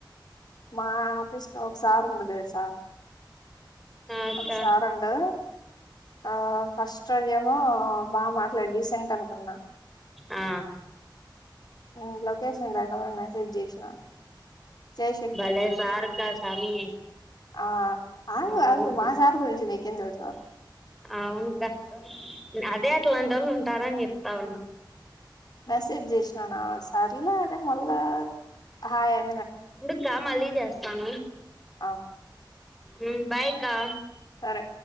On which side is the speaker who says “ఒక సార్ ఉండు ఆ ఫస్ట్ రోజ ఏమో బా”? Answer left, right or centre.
Left